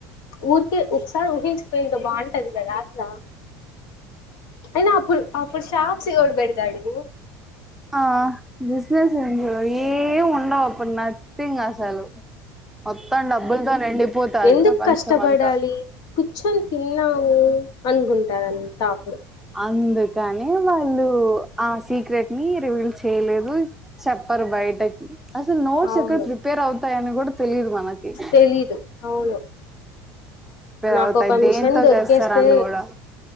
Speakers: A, on the left; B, in the centre.
A: ఊరికే ఒకసారి ఊహించుకో ఇంత బాం టది కదా అట్లా అయినా అప్పుడు అప్పుడు షాప్స్ ఎవడు బెడతాడు
B: ఆ బిజినెస్ ఏం ఉండవు అప్పుడు నథింగ్ అసలు మొత్తం డబ్బులతో నిండిపోతాది
A: ఎందుకు
B: ప్రపంచం
A: కష్టపడాలి
B: అంతా
A: కూర్చొని తిన్నా రూ అనుకుంటారంతా అప్పుడు
B: అందుకని వాళ్ళు ఆ సీక్రెట్ నీ రివీల్ చేయలేదు చెప్పరు బయటకి అసలు నోట్స్
A: అవును
B: ఎక్కడ ప్రిపేర్ అవు ఉంటాయని కూడా తెలీదు మాక్ మాకి
A: తెలీదు అవును నాకు
B: అవుతాయి
A: ఒక మిషన్
B: దేంతో
A: దొరికేస్తే
B: చేస్తారని కూడా